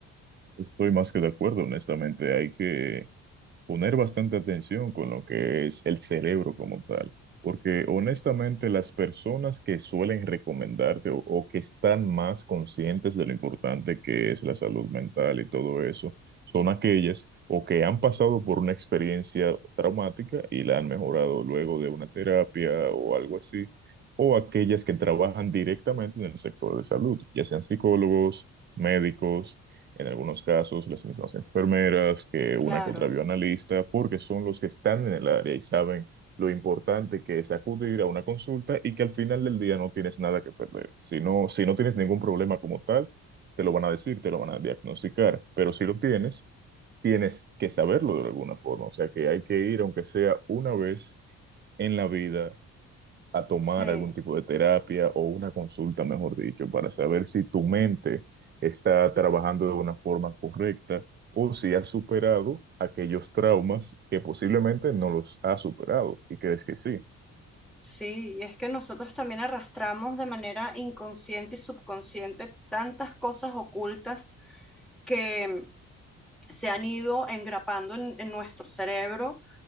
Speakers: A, on the right; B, in the centre.
A: Estoy más que de acuerdo, honestamente. Hay que poner bastante atención con lo que es el cerebro como tal, porque honestamente las personas que suelen recomendarte o, o que están más conscientes de lo importante que es la salud mental y todo eso, son aquellas o que han pasado por una experiencia traumática y la han mejorado luego de una terapia o algo así, o aquellas que trabajan directamente en el sector de salud, ya sean psicólogos, médicos en algunos casos las mismas enfermeras que una
B: Claro.
A: que otra bioanalista, porque son los que están en el área y saben lo importante que es acudir a una consulta y que al final del día no tienes nada que perder. Si no, si no tienes ningún problema como tal, te lo van a decir, te lo van a diagnosticar, pero si lo tienes, tienes que saberlo de alguna forma, o sea que hay que ir, aunque sea una vez en la vida, a tomar
B: Sí,
A: algún tipo de terapia o una consulta, mejor dicho, para saber si tu mente está trabajando de una forma correcta o si has superado aquellos traumas que posiblemente no los has superado y crees que sí.
B: sí, y es que nosotros también arrastramos de manera inconsciente y subconsciente tantas cosas ocultas que se han ido engrapando en, en nuestro cerebro,